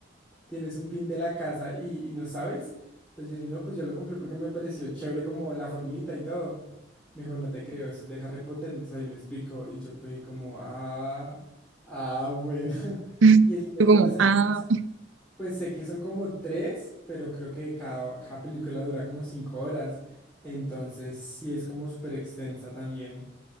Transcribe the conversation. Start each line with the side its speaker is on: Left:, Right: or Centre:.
Centre: tienes un pin de la casa y, y no sabes. Entonces yo le dije, no, pues yo lo compré porque me pareció chévere como la formita y todo. Me dijo, no te creo, eso es de Harry Potter. Entonces ahí me explicó y yo fui como, ah, ah, bueno. <laughs>
Right: <laughs>
Centre: Y El Señor
Right: Tú como,
Centre: de los Anillos,
Right: ah,
Centre: pues sé que son como tres, pero creo que cada, cada película dura como cinco horas. Entonces sí es como súper extensa también.